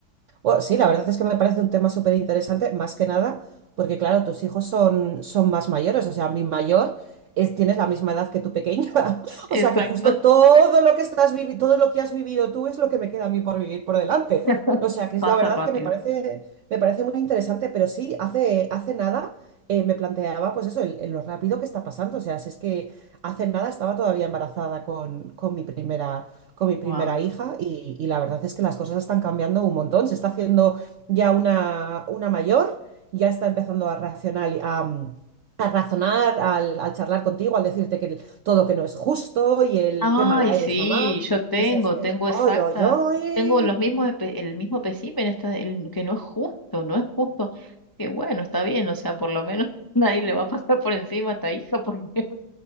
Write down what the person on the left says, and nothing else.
Exacto,
<laughs>
pasa
rápido.
Wow.
Ay,
sí,
yo tengo,
tengo exacta,
tengo los mismos, espe- el mismo espécimen, está, el, que no es justo, no es justo, que bueno, está bien, o sea, por lo menos <laughs> nadie le va a pasar por encima a esta hija porque <laughs>